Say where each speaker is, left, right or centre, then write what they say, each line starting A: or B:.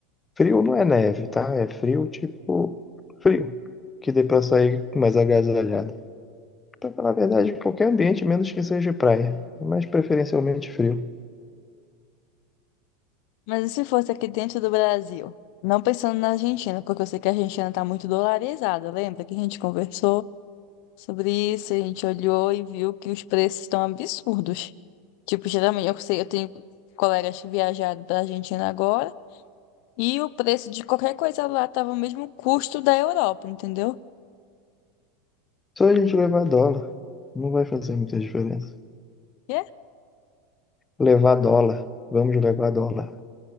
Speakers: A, on the left; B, on the left.
A: Frio não é neve, tá? É frio tipo frio, que dê pra sair mais agasalhado. Pra falar a verdade, qualquer ambiente, menos que seja praia, mas preferencialmente frio.
B: Mas e se fosse aqui dentro do Brasil? Não pensando na Argentina, porque eu sei que a Argentina está muito dolarizada. Lembra que a gente conversou sobre isso, a gente olhou e viu que os preços estão absurdos. Tipo, geralmente eu sei, eu tenho colegas que viajaram para a Argentina agora e o preço de qualquer coisa lá estava o mesmo custo da Europa, entendeu?
A: Só a gente levar dólar, não vai fazer muita diferença.
B: E É?
A: Levar dólar, vamos levar dólar.